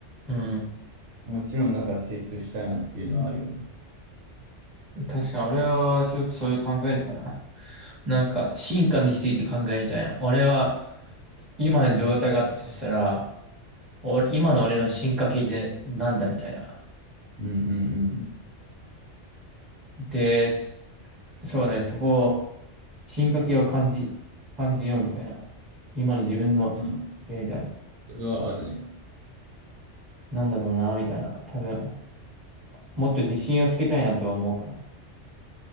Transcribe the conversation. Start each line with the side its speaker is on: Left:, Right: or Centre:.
Centre: うん。
Right: もちろんだから成長したいなっていうのはあるよね。
Centre: 確かに俺は強くそういう考えるかな。なんか進化について考えるみたいな。俺は今の状態があったとしたら、俺今の俺の進化系ってなんだみたいな。
Right: うんうん
Centre: で、そうね、そこを進化系を感じ、感じようみたいな。今の自分の、
Right: うん。うん、
Centre: みたいな。
Right: それはあるね。
Centre: なんだろうな、みたいな。多分、もっと自信をつけたいなとは思うかな。